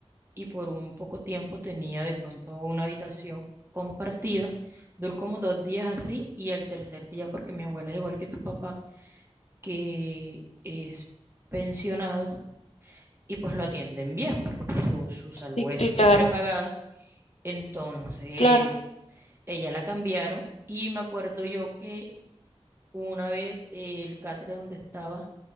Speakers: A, on the right; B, on the left.
A: y por un poco tiempo tenía de pronto una habitación compartida. Duró como dos días así, y el tercer día, porque mi abuela es igual que tu papá, que es pensionado, y pues lo atienden bien, porque pues, su, su salud
B: Sí,
A: es, es
B: claro,
A: prepagada. Entonces,
B: claro.
A: ella la cambiaron, y me acuerdo yo que una vez eh, el catre donde estaba,